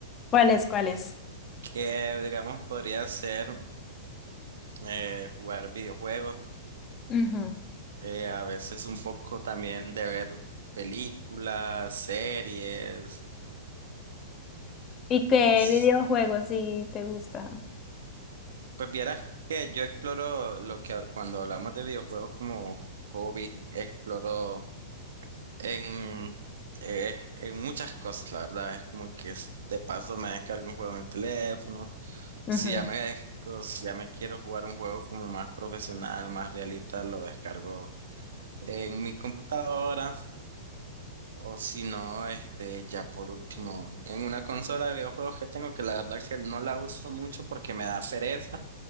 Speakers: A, on the left; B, on the right.
A: ¿Cuáles, cuáles?
B: que digamos podría ser eh, jugar videojuegos,
A: Ujú.
B: eh, a veces un poco también de ver películas, series,
A: ¿Y qué
B: o s-
A: videojuegos sí te gusta?
B: pues vieras que yo exploro lo que cuando hablamos de videojuegos como hobby, exploro En, eh, en muchas cosas, la verdad, es como que es- de paso me descargo un juego en el teléfono. Si
A: Ujú.
B: ya me, desco- si ya me quiero jugar un juego como más profesional, más realista, lo descargo en mi computadora. O si no, este, ya por último, en una consola de videojuegos que tengo, que la verdad que no la uso mucho porque me da pereza,